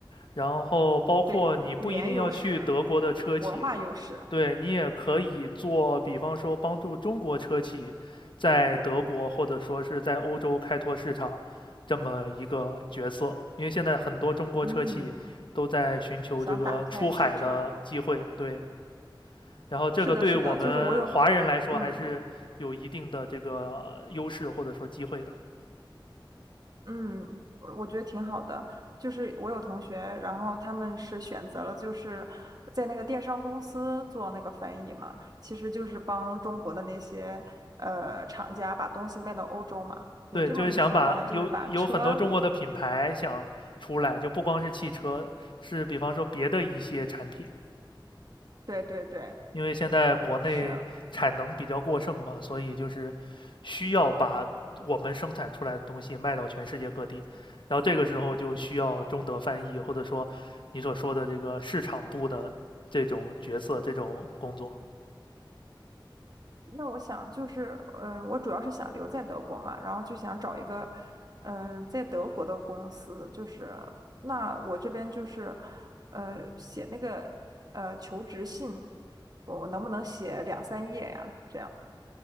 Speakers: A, on the left (about 70°); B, on the right (about 50°).
A: 然后包括你不一定要去德国的车企，
B: 对，语言优势，文化优势，
A: 对你也可以做，比方说帮助中国车企在德国或者说是在欧洲开拓市场这么一个角色，因为现在很多中国车企都在寻求这个出海的机会，
B: 嗯，想打开市场。
A: 对，然后这个对我们华人来说还是有一定的这个呃优势或者说机会的。
B: 是的，是的，就是我有，嗯。嗯，我我觉得挺好的。就是我有同学，然后他们是选择了就是在那个电商公司做那个翻译嘛，其实就是帮中国的那些呃厂家把东西卖到欧洲嘛。你这么一说，
A: 对，就是想把有有很多中国的品牌想出来，
B: 好像就是把车，
A: 就不光是汽车，是比方说别的一些产品，
B: 对对对，
A: 因为现在国内产能比较过剩嘛，
B: 是。
A: 所以就是需要把我们生产出来的东西卖到全世界各地，然后这个时候就需要中德翻译，或者说你所说的这个市场部的这种角色、这种工作。
B: 那我想就是，呃，我主要是想留在德国嘛，然后就想找一个，嗯、在德国的公司，就是那我这边就是，呃，写那个呃求职信，我能不能写两三页呀？这样